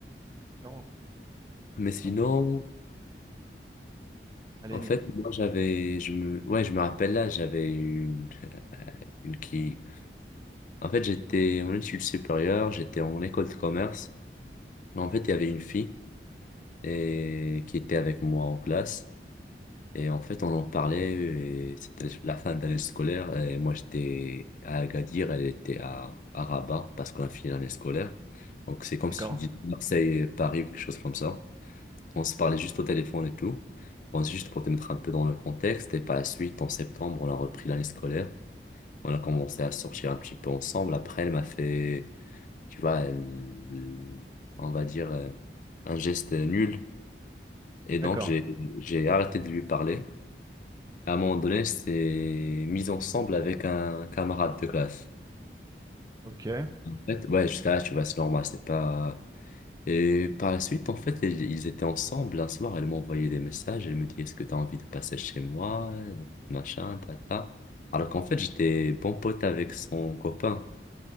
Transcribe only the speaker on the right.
C'est différent, quoi.
Ah bon. Allez,
né-
d'accord.
D'accord.
Ok.